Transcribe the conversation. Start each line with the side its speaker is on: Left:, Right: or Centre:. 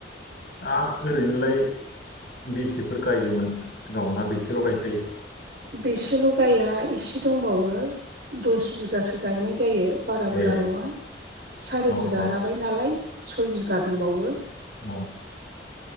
Left: दा ओरैनोलाय बेसेफोर गायोमोन सिगाङाव ना बेसे ल' गायखायो
Right: बेसेल' गाया एसे दंबावो दस बिगासो गायनाय जायो बारा बुरजा
Left: ए
Right: नङा सारि
Left: औ
Right: बिघा
Left: औ
Right: हाबाय नालाय सय बिघा दंबावो
Left: औ